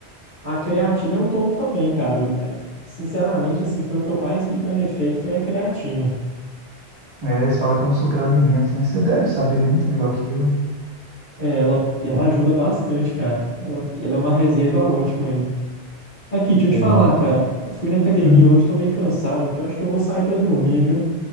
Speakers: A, on the left; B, on the right.
A: A creatina eu tomo também, cara. É, sinceramente, assim, foi o que eu mais vi dando efeito foi a creatina.
B: É, eles falam que é um superalimento, né? Você deve saber muito melhor que eu,
A: É, ela, ela
B: né?
A: ajuda bastante, cara. Ela, ela é uma reserva ótima aí. Aqui, deixa
B: É.
A: eu te falar, cara. Eu fui na academia
B: Hum.
A: hoje, tô meio cansado aqui. Eu acho que eu vou sair pra dormir, viu?